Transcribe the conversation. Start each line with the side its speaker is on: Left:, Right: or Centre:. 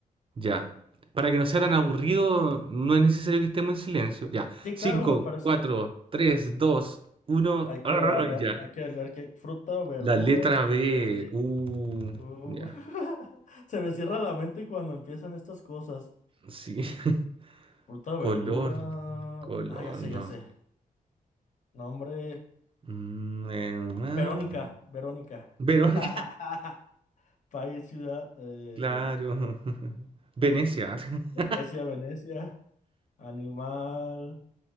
Right: Ya. Para que no sea tan aburrido,
Left: per-
Right: no es necesario que estemos en silencio. Ya.
Left: sí,
Right: Cinco,
Left: claro, me parece
Right: cuatro,
Left: bien.
Right: tres, dos, uno.
Left: Hay que darle,
Right: Ya.
Left: hay que leer que fruta o verdura
Right: La letra
Left: con
Right: B.
Left: B.
Right: Uh,
Left: Uh,
Right: ya.
Left: <laughs> Se me cierra la mente cuando empiezan estas cosas.
Right: Sí. <laughs>
Left: Fruta o
Right: Color.
Left: verdura.
Right: Color,
Left: Ah, ya sé,
Right: no.
Left: ya sé. Nombre.
Right: Mm, eh, ah.
Left: Verónica, Verónica.
Right: Verón.
Left: <laughs> País, ciudad. Eh...
Right: Claro. <laughs> Venecia,
Left: li-
Right: <laughs>
Left: Venecia, Venecia. Animal.